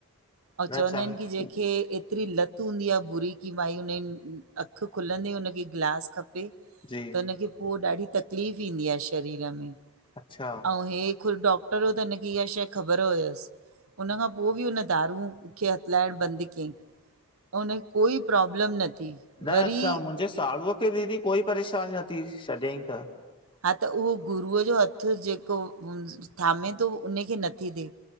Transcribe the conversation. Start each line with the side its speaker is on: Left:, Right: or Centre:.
Right: अऊं
Left: न
Right: चवंदा
Left: चंग
Right: आहिन कि जंहिंखे एतरी लत हूंदी आ बुरी कि भाई हुनजी अख खुलंदे हुन खे गिलास खपे।
Left: जी।
Right: त हुनखे पो ॾाढी तकलीफ़ थींदी आहे शरीर में।
Left: अच्छा
Right: अऊं हे ख़ुद डॉक्टर हो त हिनखे इहा शइ ख़बर हुयस। उन खां पो बि हुन दारू खे हथलाइण बंद कयईं ऐं हुनखे कोई प्रॉब्लम न थी।
Left: न
Right: वरी
Left: असां मुंजे साड़ूअ खे दीदी कोई परेशानी न थी शॾियाईंं त
Right: हा त उहो गुरूअ जो हथ जेको थामे थो उन खे नथी थे